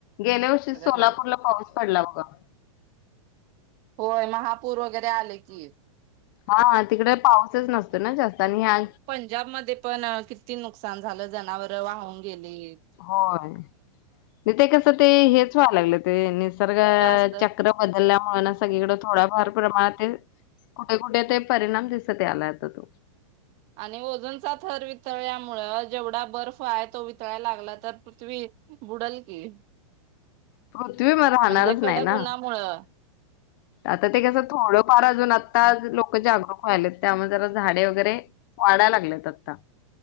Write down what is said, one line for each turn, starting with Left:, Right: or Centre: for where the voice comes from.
Left: गेल्या वर्षी सोलापूरला
Right: नाही.
Left: पाऊस पडला बघा.
Right: होय महापूर वगैरे आले की
Left: हा तिकडे पाऊसच नसतो ना जास्त आणि ह
Right: पंजाबमध्येध्ये पण किती नुकसान झालं जनावर वाहून गेली.
Left: होय नाही ते कस ते हेच व्हाय लागलं ते निसर्ग
Right: जास्त
Left: चक्र बदलल्यामुळे सगळीकड थोडाफार प्रमाणात कुठे कुठे ते परिणाम दिसत ते आलाता तो
Right: आणि ओजनचा थर वितळल्यामुळं जेवढा बर्फ आहे तो वितळायला लागला तर. पृथ्वी बुडाल की
Left: पृथ्वीही मला राहणारच
Right: म्हणजे कडक
Left: नाही ना
Right: उन्हामुळं
Left: आता ते कसं थोडंफार अजून आत्ता लोक जागरूक व्हायलेत त्यामुळे जरा झाड वगैरे वाढाय लागलेत अत्ता